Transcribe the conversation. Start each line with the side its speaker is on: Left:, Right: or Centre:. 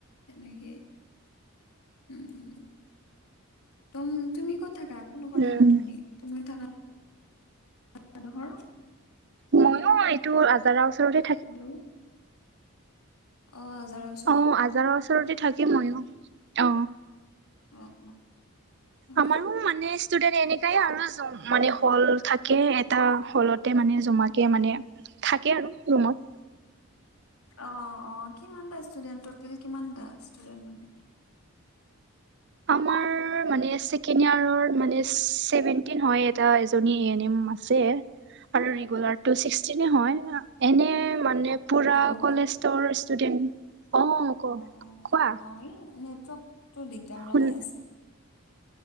Left: এনেকে উম উম তুম তুমি ক'ত থাকা কোন ডখত
Right: উম
Left: থাকা তুমি তুমি থাকাত গা ডখৰ
Right: মইয়ো এইটো আজাৰা ওচৰৰে
Left: হেল্লৌ' অ আজাৰা
Right: অ আজাৰৰ ওচৰতে থাকিম ময়ো অ
Left: অ' অ'।
Right: আমাৰো মানে ষ্টুডেন্ট এনেকাই আৰু মানে হল থাকে এটা হলতে মানে জমাকে মানে থাকে আৰু ৰুমত
Left: অ অ কিমানটা ষ্টুডেন্ট টোটেল কিমানটা ষ্টুডেণ্ট মানে
Right: আমাৰ মানে ছেকেণ্ড ইয়াৰ মানে চেভেনটিন হয় এটা এজনী এন এম আছে আৰু ৰেগুলাৰটো চিক্সটিনে হয় এনে মানে পুৰা
Left: হেল্ল' অ
Right: কলেস্তৰ ষ্টুডেন্ট অ ক
Left: অ অ
Right: কোৱা
Left: অ এই নেটৱৰ্কটো দিগদাৰ
Right: শুন
Left: লগাই আছে